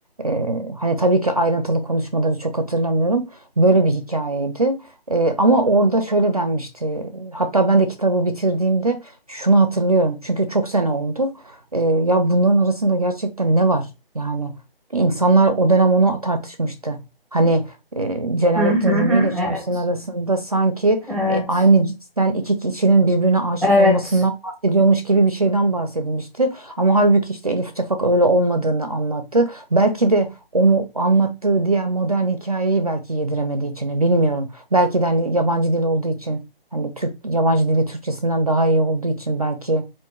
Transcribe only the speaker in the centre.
Hı hı hı.
evet.
Evet,
evet.